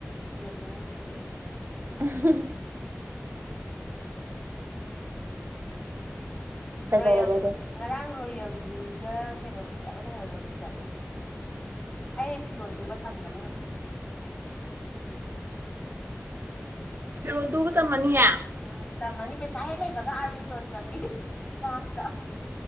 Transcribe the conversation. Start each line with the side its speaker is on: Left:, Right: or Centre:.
Left: ꯌꯦꯂꯣ ꯑꯣꯏ ꯀꯩꯑꫭꯏ꯫
Right: <unintelligible> ꯀꯩꯗꯧꯔꯕ
Left: ꯔꯣꯌꯦꯜ ꯕ꯭ꯂꯨ
Right: ꯑꯗꯣ
Left: ꯉꯔꯥꯡ ꯔꯣꯌꯦꯜ ꯕ꯭ꯂꯨꯒ꯫ ꯀꯩꯅꯣ ꯐꯖꯕ ꯂꯩꯍꯧꯋꯦꯕ ꯐꯤꯗꯛ꯫ ꯑꯩ ꯐꯤꯔꯣꯟ ꯇꯨꯕ ꯊꯝꯃꯅꯤ ꯍꯧꯖꯤꯛ꯫
Right: ꯐꯤꯔꯣꯜ ꯇꯨꯕ ꯇꯝꯃꯅꯤꯌꯦ꯫
Left: ꯎꯝ ꯇꯝꯃꯅꯤ ꯄꯩꯁꯥ ꯍꯦꯛ ꯂꯩꯕꯒ ꯑꯥꯔꯕꯤꯟ ꯇꯣꯟꯖꯝꯒꯤ ꯀ꯭ꯂꯥꯁꯇ꯫